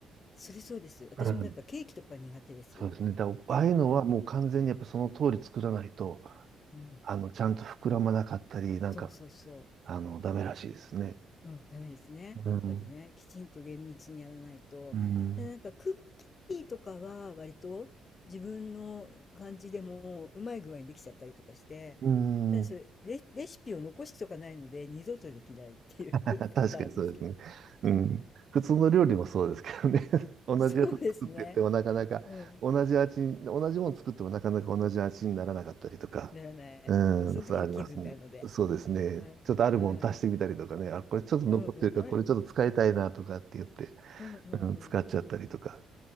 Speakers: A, on the left; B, on the right.
A: それそうです。私もだからケーキとか苦手です。
B: うん。そうですね。だ、ああいうのはもう完全にやっぱその通り作らないと、
A: うん、うん。
B: あの、ちゃんと膨らまなかったり、なんか、
A: そうそうそう。
B: あの、ダメらしいですね。
A: うん、ダメですね。
B: うん。
A: やっぱりね、きちんと厳密にやらないと。
B: うん。
A: でなんかクッキーとかは割と自分の感じでもうまい具合にできちゃったりとかして、
B: うん。
A: ただそれ、レ、レシピを残しとかないので二度とできないっていう
B: <laughs>
A: <laughs> パターンですけど。
B: 確かにそうですね。うん。
A: はい、
B: 普通の料理もそうですけどね。<laughs> 同じやつ作っててもなかなか同じ味に、
A: そうですね。うん。
B: 同じもの作ってもなかなか同じ味にならなかったりとか。
A: ならない。
B: うん、
A: うん、その時の気分なので。
B: そうありますね。そうですね。
A: はい。
B: ちょっとあるもの足してみたりとかね。
A: はい。
B: あ、これちょっと残ってるから、
A: うんうん。あれって。
B: これちょっと使いたいなとかって言って、
A: うんうんうん。
B: うん、使っちゃったりとか。